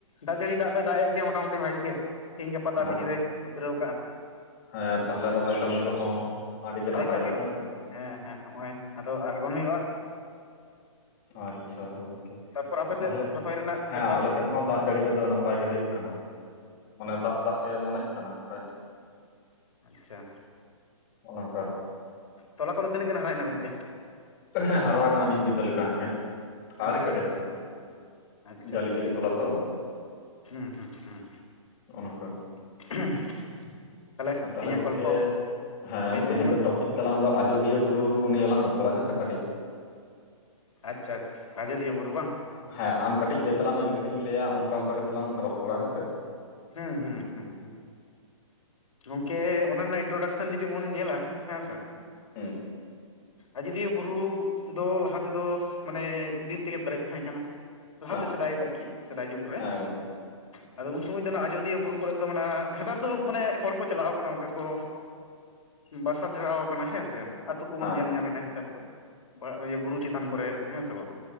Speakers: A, on the left (about 75°); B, on the left (about 25°).
A: ᱫᱟᱜ ᱡᱟᱹᱲᱤ ᱫᱟᱜ ᱫᱚᱭ ᱫᱟᱜ ᱮᱫ ᱜᱮᱭᱟ ᱢᱚᱴᱟᱢᱩᱴᱤ ᱵᱷᱟᱜᱤ ᱜᱮ, ᱛᱤᱦᱤᱧ ᱜᱟᱯᱟ ᱫᱚ ᱟᱹᱰᱤ
B: ᱵᱷᱟᱜ
A: ᱡᱳᱨᱮ᱾ ᱩᱛᱨᱟᱹᱣᱠᱟᱼᱟ
B: ᱦᱮᱸ ᱛᱟᱦᱚᱞᱮ ᱨᱚᱦᱚᱭ ᱠᱟᱹᱢᱤ ᱠᱚᱦᱚᱸ ᱟᱹᱰᱤ ᱜᱮ
A: ᱨᱚᱦᱚᱭ
B: ᱱᱟᱯᱟᱭᱚᱜᱼᱟ
A: ᱠᱟᱹᱢᱤ
B: ᱦᱮᱸᱥᱮ
A: ᱦᱮᱸ ᱦᱮᱸ ᱱᱚᱸᱜᱼᱚᱭ ᱟᱫᱚ ᱟᱬᱜᱚᱱ ᱦᱩᱭᱩᱜᱼᱟ᱾
B: ᱟᱪᱷᱟ ᱦᱳᱭ ᱜᱚᱝᱠᱮ
A: ᱛᱟᱨᱯᱚᱨ ᱟᱯᱮ
B: ᱛᱟᱦᱚᱞᱮ
A: ᱥᱮᱫ ᱨᱚᱦᱚᱭ ᱨᱮᱱᱟᱜ
B: ᱦᱮᱸ
A: ᱵᱮᱯᱟᱨ
B: ᱟᱞᱮᱥᱮᱡ ᱦᱚᱸ ᱫᱟᱜ ᱡᱟᱹᱲᱤ ᱠᱚᱫᱚ ᱱᱟᱯᱟᱭ ᱜᱮ ᱦᱩᱭᱩᱜ ᱠᱟᱱᱟ ᱚᱱᱮ ᱫᱟᱜ-ᱫᱟᱜ ᱜᱮ ᱢᱚᱱᱮᱜ ᱠᱟᱱᱟ ᱠᱟᱹᱡ
A: ᱟᱪᱷᱟ!
B: ᱚᱱᱮ ᱚᱱᱠᱟ
A: ᱛᱚᱞᱟ ᱠᱚᱫᱚ ᱛᱤᱱᱟᱹᱜ ᱜᱟᱱ ᱦᱟᱨᱟᱭᱮᱱᱟ ᱜᱚᱝᱠᱮ?
B: ᱦᱮᱸ ᱦᱟᱨᱟ ᱣᱟᱠᱟᱱᱟ ᱢᱤᱫ ᱵᱤᱛᱟᱹ ᱞᱮᱠᱟ ᱠᱷᱟᱡ,
A: ᱟᱪᱪᱷᱟ
B: ᱟᱹᱣᱨᱤ ᱠᱮᱴᱮᱡᱚᱜᱼᱟ᱾
A: ᱟᱪᱪᱷᱟ
B: ᱡᱟᱹᱞᱤ-ᱡᱟᱹᱞᱤ
A: ᱟᱪᱪᱷᱟ
B: ᱛᱚᱞᱟ ᱛᱚ
A: ᱦᱩᱸ ᱦᱩᱸ ᱦᱩᱸ
B: ᱚᱱᱟᱠᱚ
A: <unintelligible>
B: ᱟᱨ ᱛᱟᱦᱚᱞᱮ
A: ᱛᱮᱦᱮᱧᱟᱜ
B: ᱜᱚᱝᱠᱮ
A: ᱜᱚᱞᱯᱚ
B: ᱦᱮᱸ
A: ᱞᱟᱹᱭ ᱛᱟᱞᱟᱝ
B: ᱛᱮᱦᱮᱧ
A: ᱢᱮ
B: ᱫᱚ ᱴᱳᱯᱤᱠ ᱛᱟᱞᱟᱝ ᱫᱚ ᱟᱡᱚᱫᱷᱭᱟᱹ ᱵᱩᱨᱩ ᱱᱤᱭᱟᱹ ᱞᱟᱝ ᱱᱤᱭᱟᱹ ᱞᱟᱝ ᱨᱚᱯᱚᱲᱟ ᱦᱮᱸᱥᱮ ᱠᱟᱹᱴᱤᱡ
A: ᱟᱪᱷᱟ ᱟᱡᱚᱫᱷᱤᱭᱟᱹ ᱵᱩᱨᱩ ᱵᱟᱝ?
B: ᱦᱮᱸ ᱟᱢ ᱠᱟᱹᱴᱤᱡ ᱞᱟᱹᱭ ᱛᱟᱞᱟᱝ ᱢᱮ ᱤᱧ ᱠᱟᱹᱴᱤᱡ ᱤᱧ ᱞᱟᱹᱭᱟ ᱳᱝᱠᱟ-ᱳᱝᱠᱟ ᱠᱟᱛᱮ ᱞᱟᱝ ᱨᱚᱯᱚᱲᱟ ᱦᱮᱸ ᱥᱮ
A: ᱦᱩᱸ ᱦᱩᱸ ᱦᱩᱸ ᱜᱚᱝᱠᱮ ᱚᱱᱟ ᱨᱮᱱᱟᱜ ᱤᱱᱴᱨᱚᱰᱟᱠᱥᱟᱱ ᱡᱩᱫᱤ ᱵᱚᱱ ᱧᱮᱞᱟ ᱦᱮᱸ ᱥᱮ
B: ᱦᱩᱸ
A: ᱟᱡᱚᱫᱷᱤᱭᱟᱹ ᱵᱩᱨᱩ ᱫᱚ ᱞᱟᱦᱟ ᱛᱮᱫᱚ ᱢᱟᱱᱮ ᱵᱤᱨ ᱛᱮᱜᱮ ᱯᱮᱨᱮᱡ ᱛᱟᱦᱮᱸ ᱠᱟᱱᱟ᱾ ᱞᱟᱦᱟᱛᱮ
B: ᱦᱮᱸ
A: ᱥᱮᱫᱟᱭ ᱟᱨᱠᱤ ᱥᱮᱫᱟᱭ ᱡᱩᱜᱽ ᱨᱮ
B: ᱦᱮᱸ ᱜᱚᱝᱠᱮ
A: <unintelligible> <unintelligible> ᱫᱚ ᱟᱡᱳᱚᱫᱤᱭᱟᱹ ᱵᱩᱨᱩ ᱠᱚᱨᱮᱜ ᱫᱚ ᱢᱮᱱᱟᱜ ᱱᱮᱛᱟᱨ ᱫᱚ ᱢᱟᱱᱮ ᱦᱚᱲ ᱠᱚ ᱪᱟᱞᱟᱣ ᱠᱟᱱᱟ ᱚᱱᱠᱟ ᱠᱚ ᱵᱟᱥᱟ ᱰᱮᱨᱟᱣᱟᱠᱟᱱᱟ ᱦᱮᱸ ᱥᱮ ᱟᱹᱛᱩᱠᱳ ᱠᱩᱵᱩᱱ
B: ᱦᱮᱸ
A: ᱧᱮᱞ ᱧᱟᱢᱮᱫᱼᱟ ᱱᱮᱛᱟᱨ ᱫᱚ ᱤᱭᱟᱹ ᱵᱩᱨᱩ ᱪᱮᱛᱟᱱ ᱠᱚᱨᱮ ᱦᱮᱸ ᱥᱮ ᱵᱟᱝ